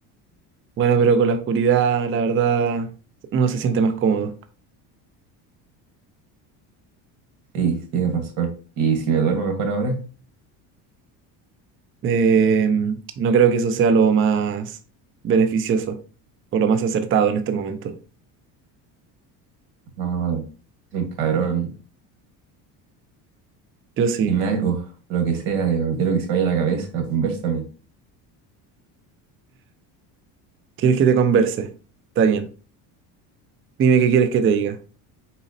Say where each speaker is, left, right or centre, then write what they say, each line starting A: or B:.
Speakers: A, on the right; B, on the right.
A: Bueno, pero con la oscuridad, la verdad, uno se siente más cómodo.
B: Sí, tienes razón. Y si me duermo mejor ahora,
A: Eh, no creo que eso sea lo más beneficioso o lo más acertado en este momento.
B: no, es un cabrón.
A: Yo sí.
B: Dime algo, lo que sea, que no quiero que se me vaya la cabeza, conversame.
A: ¿Quieres que te converse? Está bien. Dime qué quieres que te diga.